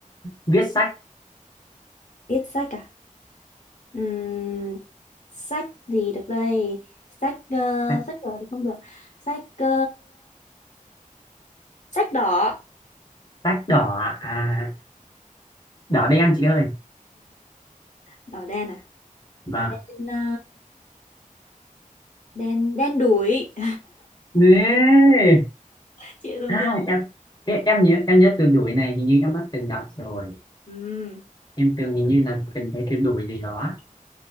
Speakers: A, on the left (about 30°); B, on the left (about 60°).
A: viết sách
B: viết sách à Ừm, sách gì được đây sách ờ,
A: sách,
B: sách đỏ thì không được sách ờ, sách đỏ
A: sách đỏ à đỏ đen chị ơi
B: đỏ đen à
A: vâng
B: đen ờ, đen đen đủi <laughs>
A: Ê!
B: chị tưởng
A: À,
B: tượng
A: em, em em nhớ em nhớ từ đuổi này hình như em đã từng gặp rồi
B: um,
A: em từng hình như là từng thấy từ đuổi gì đó